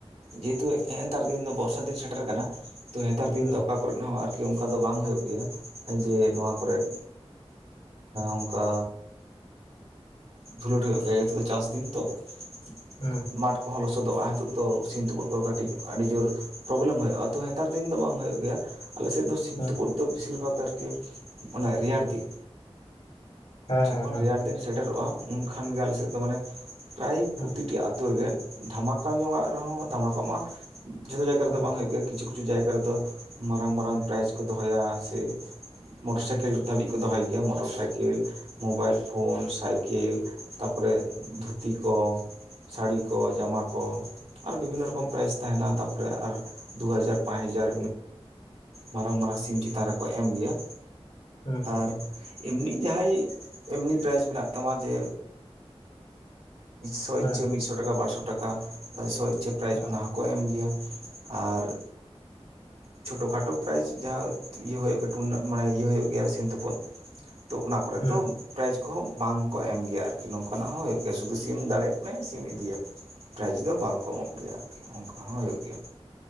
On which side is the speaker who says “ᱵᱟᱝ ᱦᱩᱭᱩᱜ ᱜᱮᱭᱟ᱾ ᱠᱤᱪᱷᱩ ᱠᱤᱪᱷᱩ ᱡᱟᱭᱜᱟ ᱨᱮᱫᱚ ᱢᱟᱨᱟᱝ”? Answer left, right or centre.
Right